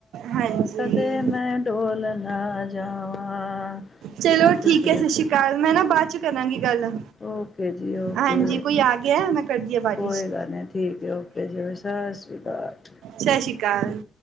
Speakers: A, on the right; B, on the left.
A: ਹਾਂਜੀ
B: ਕਦੇ ਮੈਂ ਡੋਲ ਨਾ ਜਾਵਾਂ
A: ਚਲੋ
B: <inaudible>
A: ਠੀਕ ਹੈ ਸਤਿ ਸ਼੍ਰੀ ਅਕਾਲ ਮੈਂ ਨਾ ਬਾਅਦ ਚ ਕਰਾਂਗੀ ਗੱਲ
B: ਓਕੇ ਜੀ ਓਕੇ
A: ਹਾਂਜੀ ਕੋਈ ਆ ਗਿਆ ਮੈਂ ਕਰਦੀ ਆ ਬਾਅਦ
B: ਕੋਈ
A: ਵਿੱਚ
B: ਗੱਲ ਨੀ ਠੀਕ ਏ ਓਕੇ ਜੀ ਸਤਿ ਸ਼੍ਰੀ ਅਕਾਲ
A: ਸ਼ਸ ਸ਼੍ਰੀ ਅਕਾਲ